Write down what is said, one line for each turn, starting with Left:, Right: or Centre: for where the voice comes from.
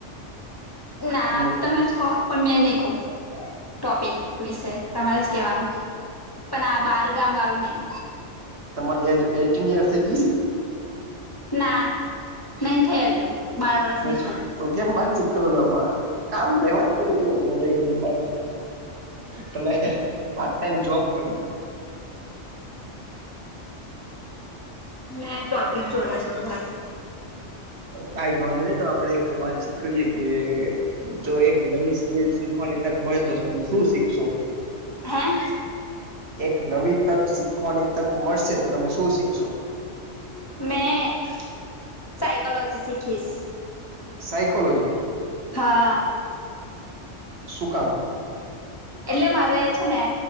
Left: ના
Right: તમને
Left: તમે જ કહો પણ મેં નહી કઉ. ટોપિક વિશે તમારે જ કેવાનું પણ આ બાર ગામ વાળું નહીં.
Right: તમારીં એ એટીન યરસ થઇ ગયી છે.
Left: ના નહી થઈ હજુ બાર વર્ષની
Right: છે
Left: છુ
Right: તો કેમ વાતચીત કરો છ કામ તો એમાં જ કરો છો તો હું નહી કરુંત તમે એ પાર્ટ ટાઈમ જોબ કરો છો.
Left: મે ટોપિક જોડવા છે ધારો.
Right: કઈ જ વાંધો નહી તો આપડે એક વાતચીત કરીએ કે જો એક નવી સ્કીલ શીખવાની તક મળે તો તમે શું શીખશો.
Left: હા.
Right: એક નવી તક શીખવાની તક મળશે તો તમે શું શીખશો
Left: મેં સાયકોલોજી શીખીશ.
Right: સાઇકોલોજી.
Left: હા.
Right: સુ કામ.
Left: એટલે મારે છે ને